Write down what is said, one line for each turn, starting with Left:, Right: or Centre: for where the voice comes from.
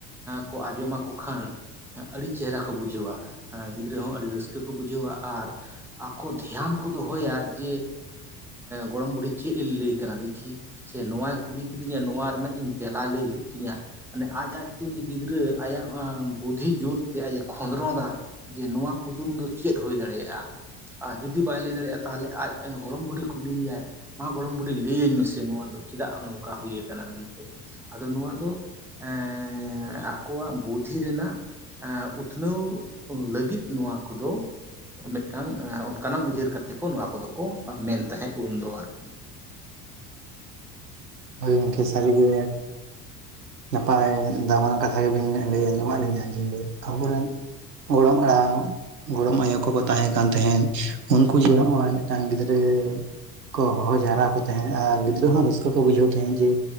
Centre: ᱠᱚ ᱟᱸᱡᱚᱢᱟᱠᱚ ᱠᱷᱟᱱ ᱟᱹᱰᱤ ᱪᱮᱦᱮᱨᱟ ᱠᱚ ᱵᱩᱡᱷᱟᱹᱣᱟ, ᱜᱤᱫᱽᱨᱟᱹ ᱦᱚᱸ ᱟᱹᱰᱤ ᱨᱟᱹᱥᱠᱟᱹ ᱠᱚ ᱵᱩᱡᱷᱟᱹᱣᱟ ᱟᱨ ᱠᱚ ᱫᱷᱮᱭᱟᱱ ᱠᱚ ᱫᱚᱦᱚᱭᱟ ᱡᱮ ᱜᱚᱲᱚᱢ ᱵᱩᱰᱦᱤ ᱪᱮᱫ ᱮ ᱞᱟᱹᱭ ᱠᱟᱱᱟ ᱫᱮᱠᱷᱤ ᱥᱮ ᱱᱚᱣᱟᱣᱟᱭ ᱠᱩᱞᱤ ᱠᱤᱫᱤᱧᱟ, ᱱᱚᱣᱟ ᱨᱮᱱᱟᱜ ᱤᱧ ᱛᱮᱞᱟ ᱞᱟᱹᱭ ᱦᱩᱭᱩᱜ ᱛᱤᱧᱟᱹ᱾ ᱢᱟᱱᱮ ᱟᱡ ᱟᱡᱛᱮ ᱩᱱᱤ ᱜᱤᱫᱽᱨᱟᱹ ᱟᱭᱟᱜ ᱵᱩᱫᱷᱤ ᱡᱳᱨ ᱛᱮ ᱟᱡ ᱮ ᱠᱷᱚᱸᱫᱨᱚᱸᱱ-ᱟ᱾ ᱡᱮ ᱱᱚᱣᱟ ᱠᱩᱫᱩᱢ ᱫᱚ ᱪᱮᱫ ᱦᱩᱭ ᱫᱟᱲᱮᱭᱟᱜ-ᱟ? ᱟ ᱡᱩᱫᱤ ᱵᱟᱭ ᱞᱟᱹᱭ ᱫᱟᱲᱮᱭᱟᱜᱼᱟ, ᱛᱟᱦᱚᱞᱮ ᱟᱡ ᱜᱚᱲᱚᱢ ᱵᱩᱰᱷᱤ ᱠᱩᱞᱤᱭᱮᱟᱭ ᱢᱟ ᱜᱚᱲᱚᱢ ᱵᱩᱰᱷᱤ ᱞᱟᱹᱭᱟᱹᱧ ᱢᱮᱥᱮ ᱱᱚᱣᱟ ᱫᱚ ᱪᱮᱫᱟᱜ ᱱᱚᱝᱠᱟ ᱦᱩᱭ ᱠᱟᱱᱟ ᱢᱮᱱᱛᱮ᱾ ᱟᱫᱚ ᱱᱚᱣᱟ ᱫᱚ ᱮ ᱟᱠᱚᱣᱟᱜ ᱵᱩᱸᱫᱷᱤ ᱨᱮᱱᱟᱜ ᱩᱛᱱᱟᱹᱣ ᱞᱟᱹᱜᱤᱫ ᱱᱚᱣᱟ ᱠᱚᱫᱚ ᱢᱤᱫᱴᱟᱝ ᱚᱱᱠᱟᱱᱟᱝ ᱩᱭᱦᱟᱹᱨ ᱠᱟᱛᱮᱫ ᱠᱚ ᱱᱚᱣᱟ ᱠᱚᱫᱚ ᱠᱚ ᱢᱮᱱ ᱛᱟᱦᱮᱸᱫ ᱩᱱ ᱫᱚ ᱟᱨᱠᱤ
Right: ᱦᱳᱭ ᱜᱚᱝᱠᱮ ᱥᱟᱹᱨᱤ ᱜᱮ ᱱᱟᱯᱟᱭ ᱫᱟᱢᱟᱱ ᱠᱟᱛᱷᱟ ᱜᱮᱵᱮᱱ ᱞᱟᱹᱭ ᱟᱸᱡᱚᱢᱟᱫ ᱞᱤᱧᱟᱹ ᱡᱮ ᱟᱵᱚ ᱨᱮᱱ ᱜᱚᱲᱚᱢ ᱦᱟᱲᱟᱢ ᱜᱚᱲᱚᱢ ᱟᱭᱳ ᱠᱚᱠᱚ ᱛᱟᱦᱮᱸ ᱠᱟᱱ ᱛᱟᱦᱮᱸᱫ᱾ ᱩᱱᱠᱩ ᱡᱮ ᱱᱚᱜᱼᱚᱭ ᱢᱤᱫᱴᱟᱱ ᱜᱤᱫᱽᱨᱟᱹ ᱠᱚ ᱦᱚᱦᱚ ᱡᱟᱣᱨᱟ ᱠᱚ ᱛᱟᱦᱮᱸᱫ ᱟᱨ ᱜᱤᱫᱽᱨᱟᱹ ᱦᱚᱸ ᱨᱟᱹᱥᱠᱟᱹ ᱠᱚ ᱵᱩᱡᱷᱟᱹᱣ ᱛᱟᱦᱮᱸᱫ ᱡᱮ